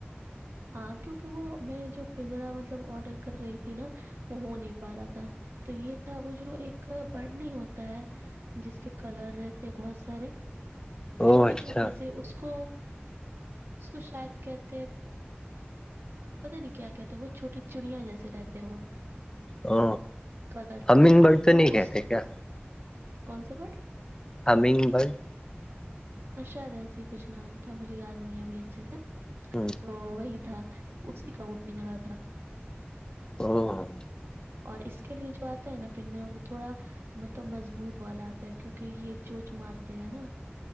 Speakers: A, on the right; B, on the left.
A: ہاں کیونکہ وہ میں جو پنجرا مطلب آڈر کر رہی تھی نا وہ ہو نہیں پا رہا تھا تو یہ تھا وہ جو ایک برڈ نہیں ہوتا ہے جس کے کلر رہتے بہت سارے
B: او
A: چھوٹے
B: اچھا
A: چھوٹے سے اس کو اس کو شاید کہتے پتا نہیں کیا کہ ہے وہ چھوٹیے چڑیاں جیسے رہتے ہیں وہ
B: او
A: کلرفل
B: ہمین بٹ تو نہیں
A: اس
B: کہتے کیا
A: کون سا بڈ
B: حمینگ برگ
A: اچھا ریسی کچھ نام تھا مجھے یاد نہیں ابھی اچھے سے
B: ہ
A: تو وہی تھا اسی کا وہ پنجرا تھا
B: ا ہاں ہاں
A: اور اس کے لیے جو آتا ہے نا پنجرا وہ تھوڑا مطلب مضبوط والا آتا ہے کیونکہ یہ چوچ مارتے ہیں نا